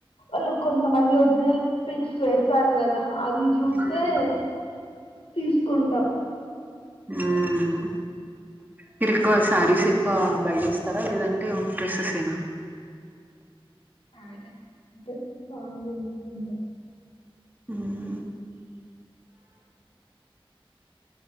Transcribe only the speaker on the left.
వాళ్ళు కో కొంతమంది ఒరిజినల్ పిక్స్ పెడతారు కదా అవి చూసే
తీస్ కుంటా
<inaudible>